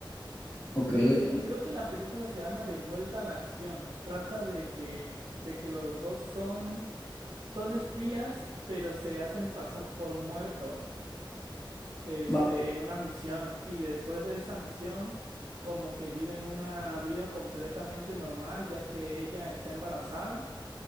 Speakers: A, on the left (about 25°); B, on the right (about 60°).
A: ok,
B: Creo que se-
A: ok.
B: creo que la película se llama De vuelta a la acción. Trata de que, de que los dos son, son espías, pero se hacen pasar por muertos, este,
A: Va,
B: en una misión. Y después de esa misión, como que viven una vida completamente normal, ya que ella está embarazada.